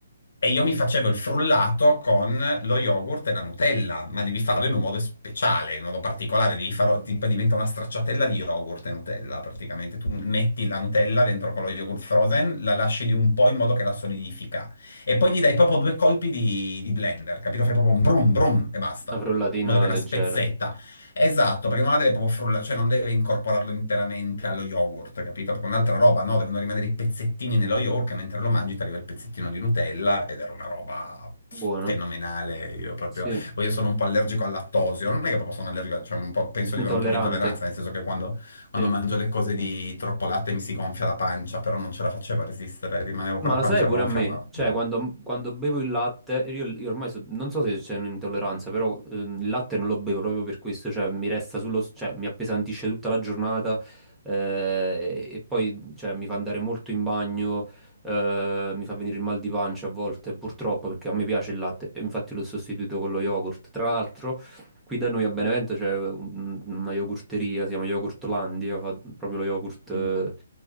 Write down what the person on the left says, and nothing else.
E io mi facevo il frullato con lo yogurt e la Nutella, ma devi farlo in un modo speciale, in un modo particolare, devi farlo, ti- diventa una stracciatella di yogurt e Nutella, praticamente. Tu metti la Nutella dentro con lo yogurt frozen, la lasci di un po' in modo che la solidifica. E poi gli dai proprio due colpi di, di blender, capito? Fai proprio un brum brum e basta
in modo che
la spezzetta. Esatto, perché non la deve proprio frullare, cioè non deve incorporarlo interamente allo yogurt, capito? Perché è un'altra roba, no, devono rimanere i pezzettini nello yogurt, e mentre lo mangi ti arriva il pezzettino di Nutella ed era una roba
fenomenale. Io proprio,
poi io sono un po' allergico al lattosio, non è che proprio sono allergico, cioè un po', penso di
avere un po' un'intolleranza, nel senso che quando, quando
mangio le cose di troppo latte mi si gonfia la pancia, però non ce la facevo a resistere, rimanevo
con la
pancia
gonfia,
ma la
mangiavo.
<laughs>